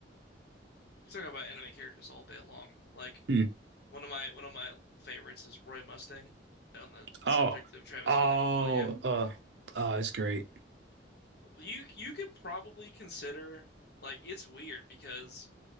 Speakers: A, on the left; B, on the right.
A: You're talking about anime characters all day long, like.
B: Hmm.
A: One of my one of my favorites is Roy Mustang on the subject
B: Oh.
A: of Travis
B: Oh.
A: Filling- Willingham.
B: Uh. Oh, it's great.
A: You you could probably consider like it's weird because